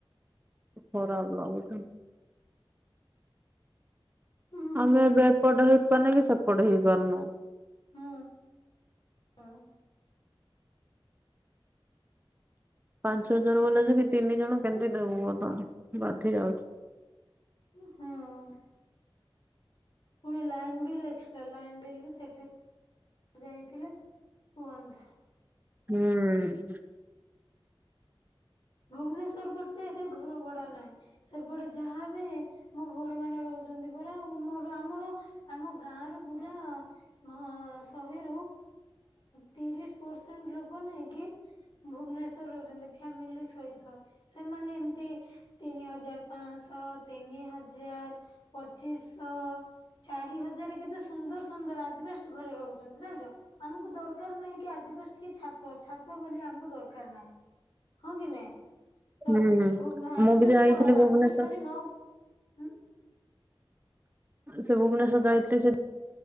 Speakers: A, on the right; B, on the left.
A: ଖରାପ ଲାଗୁଛି।
B: ହୁଁ।
A: ଆମେ ଏବେ ଏପଟ ହେଇପାରୁନୁ କି ସେପଟ ହେଇପାରୁନୁ।
B: ହଁ ଉଁ।
A: ପାଞ୍ଚ ହଜାର ବଲାଉଚି କି ତିନି ଜଣ କେମିତି ଦବୁ ତ ବାଧି ଯାଉଚି।
B: ଉଁ ହଁ। ପୁଣି line bill extra line bill ବି ସେଠେ ଯାଇଥିଲେ ହୁଅନ୍ତା।
A: ହୁଁ।
B: ଭୁବନେଶ୍ଵର ପରତେ ଏତ ଘର ଭଡା ନାହିଁ। ସେପଟେ ଯାହା ବି ହେ ମୋ ଭଉଣୀ ମାନେ ରହୁଛନ୍ତି ପରା ଆଉ ମୋର ଆମର ଆମ ଗାଁ ର ପୁରା ଅ ଶହେରୁ ତିରିଶ ପରସେଣ୍ଟ ଲୋକ ନୁହେଁକି ଭୁବନେଶ୍ୱରରେ ରହୁଛନ୍ତି ଫାମିଲି ସ ସେମାନେ ଏମତି ତିନି ହଜାର ପାଆଁଶହ ତିନି ହଜାର ପଚିଶଶହ। ଚାରି ହଜାର କେତେ ସୁନ୍ଦର ସୁନ୍ଦର ଆଜି ବେଶ ଘରେ ରହୁଛନ୍ତି ଜାଣିଛ ଆମୁକୁ ଦରକାର ନାହିଁ କି ଆଜବେଷ୍ଟ କି ଛାତ ଛାତ ବୋଲି ଆମକୁ ଦରକାର ନାଇଁ। ହଁ କି ନାଇଁ ତ
A: ହୁଁ
B: ଭୋ ଆଜେ
A: ମୁଁ ବି
B: ବେଷ୍ଟ
A: ଯାଇଥିଲି
B: କଣ ହ
A: ଭୁବନେଶ୍ଵର।
B: ଆଜ ବେଷ୍ଟ ଖାଲି ନ ହୁଁ।
A: ସେ ଭୁବନେଶ୍ଵର ଯାଇଥିଲି ଯେ